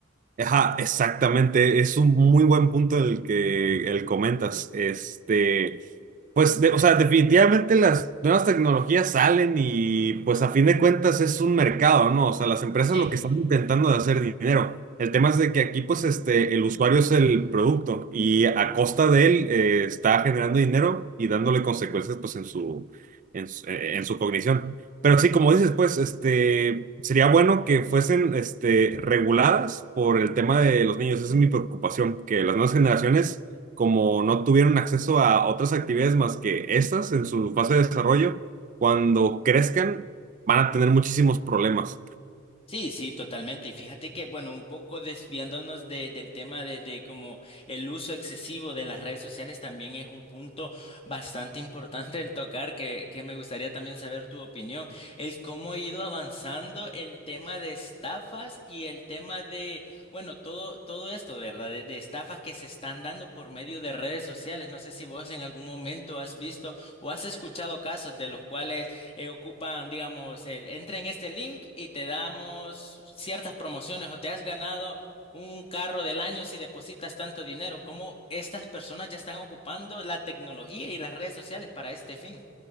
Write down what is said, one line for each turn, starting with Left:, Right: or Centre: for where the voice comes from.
Right: Ajá, exactamente. Es un muy buen punto el que el comentas. Este. Pues, de- o sea, definitivamente las nuevas tecnologías salen y pues a fin de cuentas es un mercado, ¿no? O sea, las empresas
Left: Sí.
Right: lo que están intentando de hacer dinero. El tema es de que aquí pues este, el usuario es el producto y a costa de él eh, está generando dinero y dándole consecuencias pues en su, en su, eh, en su cognición. Pero sí, como dices, pues este, sería bueno que fuesen este, reguladas por el tema de los niños. Esa es mi preocupación, que las nuevas generaciones como no tuvieron acceso a otras actividades más que estas en su fase de desarrollo, cuando crezcan van a tener muchísimos problemas.
Left: Sí, sí, totalmente. Y fíjate que, bueno, un poco desviándonos de- del tema de, de como el uso excesivo de las redes sociales también es un punto bastante importante el tocar, que, que me gustaría también saber tu opinión. El cómo ha ido avanzando el tema de estafas y el tema de, bueno, todo, todo esto, ¿verdad? De, de estafas que se están dando por medio de redes sociales. No sé si vos en algún momento has visto o has escuchado casos de los cuales eh, ocupan, digamos, el, entra en este link y te damos ciertas promociones o te has ganado un carro del año si depositas tanto dinero, como estas personas ya están ocupando la tecnología y las redes sociales para este fin.